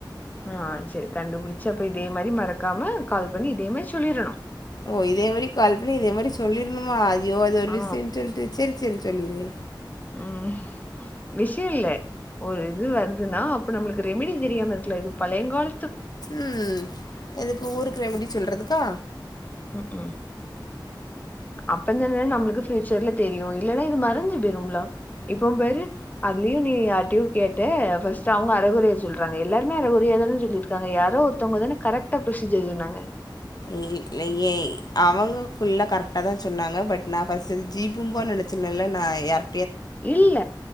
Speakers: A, on the left; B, on the left.
A: ஆ செரி கண்டுபிடிச்சு அப்ப இதே மாரி மறக்காம கால் பண்ணி இதே மாரி சொல்லிரணு
B: ஓ இதே மாரி கால் பண்ணி இதே மாரி சொல்லிருணுமா ஐயோ அது ஒரு
A: ஆ
B: விஷயன்னுட்டு சொல்லிட்டு சேரி சேரி சொல்லிரே
A: ம் விஷய இல்ல ஒரு இது வருதுன்னா அப்ப நம்மளுக்கு ரெமிடி தெரியாம இருக்கல இது பழயங்கால
B: ம் எதுக்கு ஊருக்கு ரெமடி சொல்றதுக்கா
A: ம்ஹூம் அப்பந்தான நம்மளுக்கு ஃப்யூச்சர்ல தெரியு இல்லன்னா இது மறந்து போயிரும்மிலா இப்போம் பாரு அதுலயு நீ யார்ட்டியையு கேட்ட ஃபர்ஸ்ட் அவங்க அறகொறைய சொல்றாங்க எல்லாருமே அரகுறையாதானு சொல்லியிருக்காங்க யாரோ ஒரு மத்தவங்கதானே கரெட்டா புரசீஜர் சொன்னாங்க
B: இல்லயே அவங்க ஃபுல்லா கரெக்டாக தா சொன்னாங்க பட் நா ஃபஸ்ட் ஜீபும்பானு நெனச் சின்ன எல்லா இல்ல எர்
A: இல்ல